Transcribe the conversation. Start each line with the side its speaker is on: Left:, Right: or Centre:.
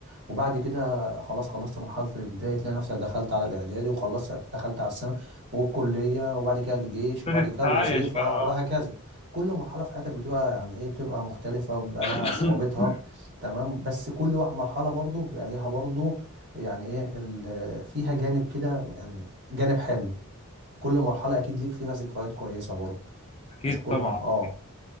Right: وبعد كده خلاص خلصت مرحلة الابتدائي تلاقي نفسك دخلت على الإعدادي وخلصت دخلت على الثانوي والكلية وبعد كده الجيش وبعد
Left: ابتديت
Right: كده الوظيفة
Left: أتعايش بقى
Right: وهكذا
Left: أه
Right: كل مرحلة في حياتك بتبقى يعني إيه بتبقى مختلفة وبيبقى
Left: <coughs>
Right: لها صعوبتها تمام بس كل واحد مرحلة برضو بيبقى ليها برضو يعني إيه ال- فيها جانب كده يعني جانب حلو كل مرحلة أكيد ليك فيها ذكريات كويسة برضو
Left: <clears throat> أكيد
Right: مش كل
Left: طبعا
Right: ما آه